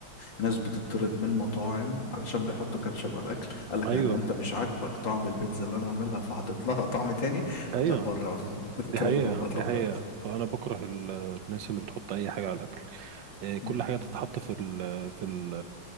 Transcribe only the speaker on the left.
ناس بتطرد من مطاعم علشان بيحطوا كاتشب على الاكل قال لك
يعني هو انت مش عاجبك طعم البيتزا اللي انا عاملها فحاطط لها طعم تاني
لا بره <laughs> اطردوا
من المطعم
خالص
امم